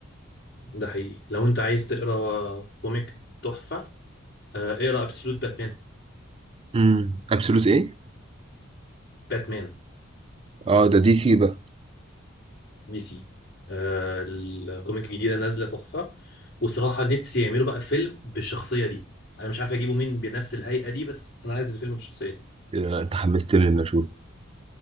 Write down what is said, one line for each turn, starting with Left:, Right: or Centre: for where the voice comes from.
Left: ده حقيقي لو انت عايز تقرا كوميك تحفه آه، اقرا ابسولوت باتمان
Right: امم ابسولوت ايه
Left: باتمان
Right: اه ده دي سي بقى
Left: دي سي آه، الكوميك الجديده نازله تحفه وصراحه نفسي يعملوا بقى فيلم بالشخصيه دي انا مش عارف اجيبه مين بنفس الهيئه دي بس انا عايز الفيلم بالشخصيه دي
Right: إيه ده، انت حمستني اني اشوف